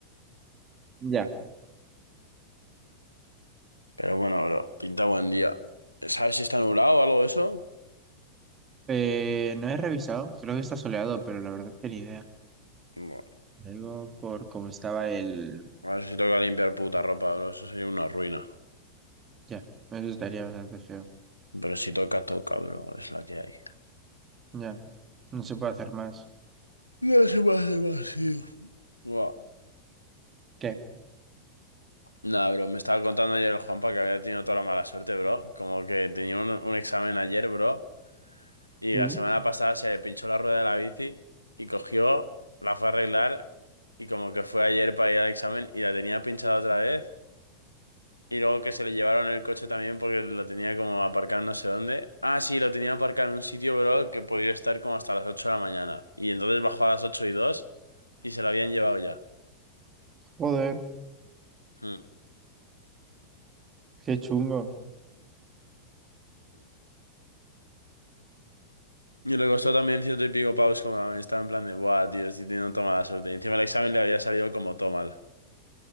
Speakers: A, on the right (about 25°); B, on the left (about 85°).
A: Ya.
B: Pero bueno, bro, pinta buen día. ¿Sabes si está nublado o algo de eso?
A: Eh, no he revisado, creo que está soleado, pero la verdad que ni idea.
B: Bueno,
A: Algo por cómo estaba el...
B: a ver si toca limpiar puta ropa, bro. Eso sería una ruina.
A: Ya, eso estaría bastante feo.
B: Pero si toca, toca, bro. Es la que hay.
A: Ya, no se puede hacer más.
B: No se me hace Buah.
A: ¿Qué?
B: Nada, bro, me estaba contando ayer el Juanpa que había tenido toda la mala suerte, bro. Como que tenía un, un examen ayer, bro, y
A: Sí.
B: la semana pasada se le pinchó la rueda de la bici y cogió, la fue a arreglar y como que fue ayer para ir al examen y la tenía pinchada otra vez. Y luego que se le llevaron el coche también porque lo tenía como aparcado no sé dónde. Ah, sí, lo tenía aparcado en un sitio, bro, que podía estar como hasta las 8 de la mañana. Y entonces bajó a las 8 y 2 y se lo habían llevado ya.
A: Joder,
B: Hmm.
A: qué chungo.
B: Y le costó también ciento y pico pavos como estaba en plan de, buah, tío, estoy teniendo toda mala suerte. Y encima el examen le había salido como todo mal.